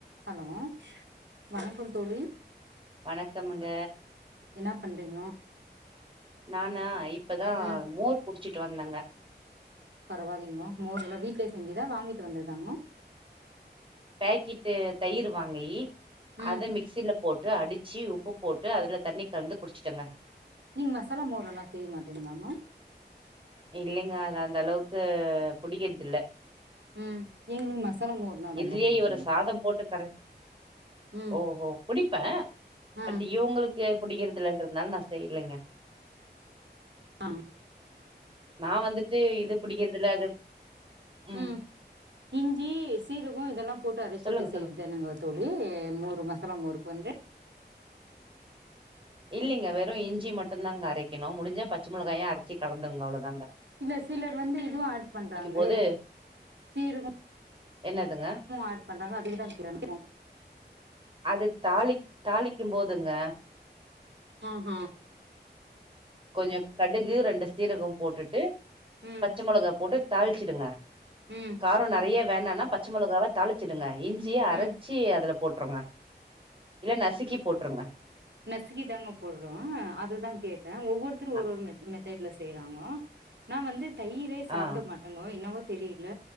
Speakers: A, on the right (about 85°); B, on the right (about 30°).
A: ஹலோ வணக்கம் தோழி
B: வணக்கமுங்க
A: என்னா பண்றீங்கோ
B: நானா இப்பதா
A: ம்
B: மோர் குடி வச்சுட்டு வந்தங்க
A: பரவாயில்லைங்கோ மோர் எல்லா வீட்லயே செஞ்சுதா வாங்கிட்டு வந்ததாங்க
B: பேக்கெட்டு தயிரு வாங்கி
A: ம்
B: அத மிக்ஸிலப் போட்டு அடிச்சு உப்பு போட்டு அதுல தண்ணி கலந்து குடிச்சுட்டங்க
A: நீங்க மசாலா மோரல்லா செய்ய மாட்டீங்கலாமா
B: இல்லைங்க அத அந்த அளவுக்கு புடிக்கதுல்ல
A: ம் எங்களுக்கு மசாலா மோர்னா
B: இதுலயே
A: ரொம்ப புடிக்குங்க
B: இவரு சாதம் போட்டு கரக
A: ம்
B: ஓஹோ குடிப்பே
A: ஆ
B: பட் இவங்களுக்கு பிடிக்கதலன்றந்தால ந செய்லுங்க
A: ஆஹ்
B: நா வந்துட்டு இது பிடிக்கிறதுல அது ம்
A: உம் இஞ்சி சீரக இதெல்லாப் போட்டு அரைச்சிட்டு
B: சொல்லுங்க
A: செய்யதானுங்க
B: சொல்லுங்க
A: தோழி மோரு மசாலா மோரு வந்து
B: இல்லலைங்க வெறு இஞ்சி மட்டுந்தாங்க அரைக்கணு முடிஞ்சா பச்ச மொளகாயா அரைச்சு கலந்துருங்க அவ்வளவுதாங்க
A: இல்ல சிலர் வந்து இதுவு ஆட் பண்றாங்க
B: போது
A: சீருக்கு
B: என்னதுங்க
A: ஆட் கேட்டே
B: அது தாளிக் தாளிக்கும் போதுங்க
A: ஆஹ
B: கொஞ்சொ கடுகு ரெண்டு சீரகம் போட்டுட்டு
A: ம்
B: பச்ச மொளகா போட்டு தாள்ச்சிடுங்க
A: ம்
B: காரொ நறைய வேண்டான்னா பச்ச மொளகாவ தாளிச்சிடுங்க இஞ்சிய அரச்சி
A: ம்
B: அதுலப் போட்ருங்க இல்ல நசுக்கி போட்ருங்க
A: நசிக்கி தாங்க போட்றோ அதுதா கேட் ட ஒவ்வொருத்தரு
B: அ
A: ஒரு ஒரு மெத் தேர்ல செய்யறாங்க நான் வந்து தயிரே சாப்பிட
B: ஆ
A: மாட்டேங்கோ என்னவோ தெரியல